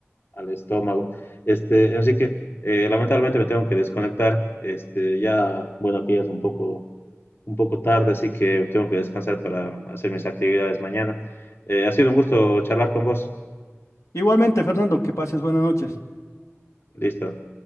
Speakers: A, on the left (about 55°); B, on the left (about 90°).
A: al estómago. Este, así que eh, lamentablemente me tengo que desconectar. Este, ya, bueno, aquí ya es un poco, un poco tarde, así que tengo que descansar para hacer mis actividades mañana. Eh, ha sido un gusto charlar con vos.
B: Igualmente, Fernando, que pases buenas noches.
A: Listo.